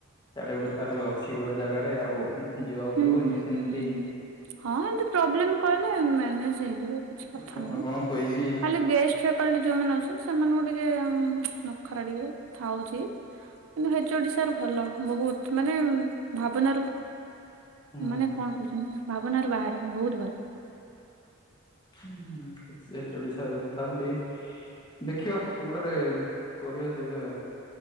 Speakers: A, on the left; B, on the right.
A: ତାଲେ ଗୋଟେ ସାରରେ ଅଛି ଗୋଡେ ଜାଗାରେ ଆଉ ଉଁ ଉଁ ଯିବାକୁ
B: ହୁଁ
A: ପଡିବ
B: ହୁଁ
A: ଏମ୍ ତି ସେମ୍
B: ହୁଁ
A: ତି।
B: ହୁଁ। ହଁ ଏମତି ପ୍ରୋବ୍ଲେମ୍ କହିଲେ ମ୍ୟାନେଜ୍‌ ହେଇଯିବ କିଛି କଥା
A: କଣ
B: ନାହିଁ
A: କଣ
B: ମ
A: କହିକି
B: ଖାଲି ଗେଷ୍ଟ ଫ୍ୟାକ୍ କାଳେ ଯୋଉ ମାନେ ଅଛନ୍ ସେମାନଙ୍କୁ ଟିକେ ନଖରା ଟିକେ ଥାଉଛି। କିନ୍ତୁ ହେଚ ଓ ଡି ସାର୍ ଭଲ ବହୁତ ମାନେ ଭାବନାରୁ
A: ହୁଁ
B: ମାନେ
A: ହୁଁ
B: କଣ କହୁଛନ୍ତି ଭାବନାରୁ ବାହାରେ ବହୁତ ଭଲ।
A: ହୁଁ ଏ ସେ ଏଚ୍ ଓ ଡ଼ି ସାର୍ ତାହାଲ୍‌ ଡିକେ ଦେଖିବା କୋଉଟାରେ କରିଆ ସେଇଟା